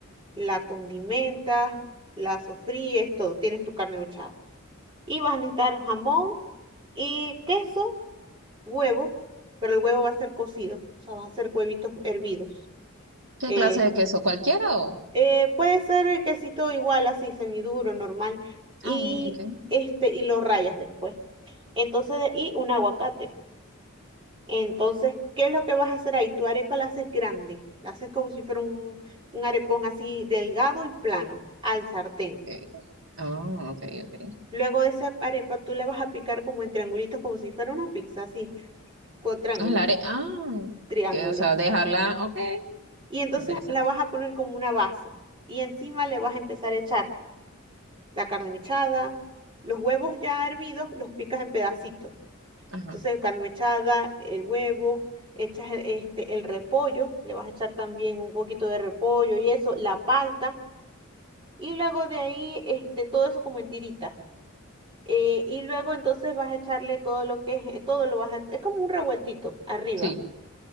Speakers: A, on the right; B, on the right.
A: la condimentas, la sofríes, todo, tienes tu carne mechada. Y vas a necesitar jamón y queso, huevo, pero el huevo va a ser cocido, o sea, va a ser huevitos hervidos.
B: ¿Qué
A: Eh,
B: clase de queso? ¿Cualquiera o?
A: eh, puede ser el quesito igual, así, semiduro, normal, y
B: Ah, ok.
A: este, y lo rayas después. Entonces, de- y un aguacate. Entonces, ¿qué es lo que vas a hacer ahí? Tu arepa la haces grande, la haces como si fuera un, un arepón así delgado y plano al sartén.
B: ok. Ah, ok, ok.
A: Luego de esa arepa tú la vas a picar como en triangulitos, como si fuera una pizza, así, con triángulos,
B: Ah, la are- ah,
A: triángulos.
B: que, o sea, dejarla, ok, qué
A: Y entonces
B: interesante.
A: la vas a poner como una base y encima le vas a empezar a echar la carne mechada, los huevos ya hervidos, los picas en pedacitos
B: Ajá,
A: Entonces, carne mechada, el huevo, echas el- este, el repollo, le vas a echar también un poquito de repollo y eso, la palta, y luego de ahí, este, todo eso como en tiritas. Eh, y luego entonces vas a echarle todo lo que es, eh, todo lo vas a, es como un revueltito arriba.
B: sí.